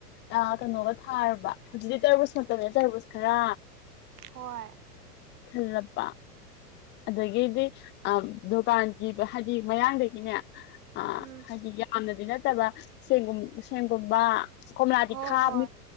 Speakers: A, on the left (about 25°); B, on the right (about 65°).
A: ꯑ ꯀꯩꯅꯣꯒ ꯊꯥꯔꯕ ꯍꯧꯖꯤꯛꯇꯤ ꯇꯔꯕꯨꯁ ꯅꯠꯇꯗꯅꯦ ꯇꯔꯕꯨꯁ ꯈꯔ
B: ꯍꯣꯏ
A: ꯈꯜꯂꯄ ꯑꯗꯒꯤꯗꯤ ꯑ ꯗꯨꯀꯥꯟꯒꯤꯗꯣ ꯍꯥꯏꯗꯤ ꯃꯌꯥꯡꯗꯒꯤꯅꯦ ꯑ
B: ꯎꯝ
A: ꯍꯥꯏꯗꯤ ꯌꯥꯝꯅꯗꯤ ꯅ ꯀꯕ ꯁꯨꯝ ꯁꯦꯡꯒꯨꯝꯕꯥ ꯀꯣꯝꯂꯥꯗꯤ
B: ꯍꯣꯏ
A: ꯈꯥꯕꯅꯤ
B: ꯍꯣꯏ